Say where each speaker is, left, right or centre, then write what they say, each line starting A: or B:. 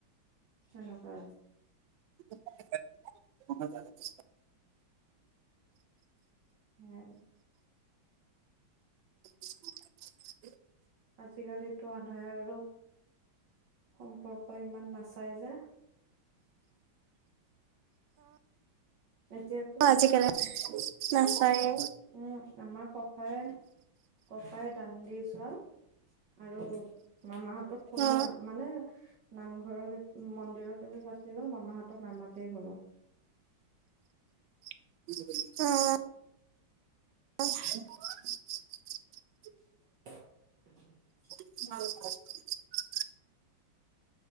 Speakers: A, on the right; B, on the right.
A: তেনেকোৱা।
B: <unintelligible>
A: হুম।
B: <inaudible>
A: আজিকালিতো আমাৰ আৰু সম্পৰ্ক ইমান নাচাই যে। এতিয়াতো
B: অ' আজি কালি নাচায়ে।
A: উম আমাৰ ককা ককাই ককাই দান্ দি যোৱা আৰু মামাহঁতক কোনেও
B: অ
A: না মানে নামঘৰকে মন্দিৰৰ কিবা পাতিলে ম মামাহতক নামাতেই কোনো। <inaudible>
B: উম। অ <inaudible> <inaudible>
A: <inaudible> <inaudible>
B: উ হয়।